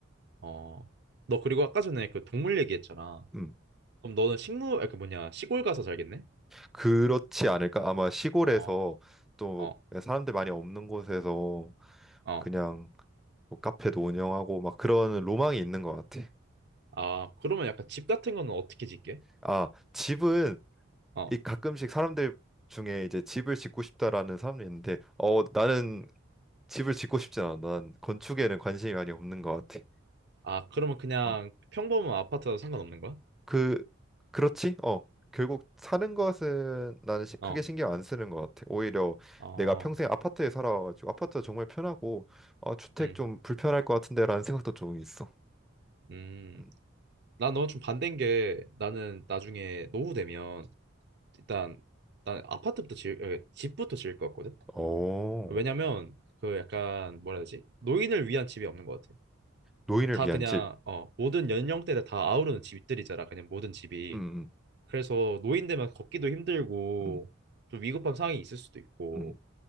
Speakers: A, on the right; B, in the centre.
A: 어, 너 그리고 아까 전에 그 동물 얘기했잖아.
B: 음.
A: 그럼 너는 식물, 아, 그 뭐냐 시골 가서 살겠네?
B: 그렇지 않을까? 아마 시골에서
A: 어,
B: 또
A: 어,
B: 사람들 많이 없는 곳에서
A: 어.
B: 그냥 뭐 카페도 운영하고 막 그런 로망이 있는 것 같아.
A: 아, 그러면 약간 집 같은 거는 어떻게 짓게?
B: 아, 집은
A: 어.
B: 이 가끔씩 사람들 중에 이제 집을 짓고 싶다라는 사람이 있는데, 어, 나는 집을 짓고 싶지 않아. 난 건축에는 관심이 많이 없는 것 같아.
A: 아, 그러면 그냥
B: 어.
A: 평범한 아파트라도 상관없는 거야?
B: 그 그렇지? 어. 결국 사는 것은 나는 시- 크게
A: 어.
B: 신경 안 쓰는 것 같아. 오히려
A: 어.
B: 내가 평생 아파트에 살아가지고 아파트가 정말 편하고 어, 주택
A: 음.
B: 좀 불편할 것 같은데라는 생각도 좀 있어.
A: 음.
B: 음.
A: 나 너랑 좀 반대인 게 나는 나중에 노후 되면 일단 난 아파트부터 지을 에, 집부터 지을 것 같거든.
B: 어,
A: 왜냐면 그 약간 뭐라 해야 되지? 노인을 위한 집이 없는 것 같아.
B: 노인을
A: 다
B: 위한
A: 그냥
B: 집.
A: 어, 모든 연령대를 다 아우르는 집들이잖아. 그냥 모든 집이.
B: 음,
A: 그래서 노인 되면 걷기도 힘들고
B: 음,
A: 좀 위급한 상황이 있을 수도 있고
B: 음,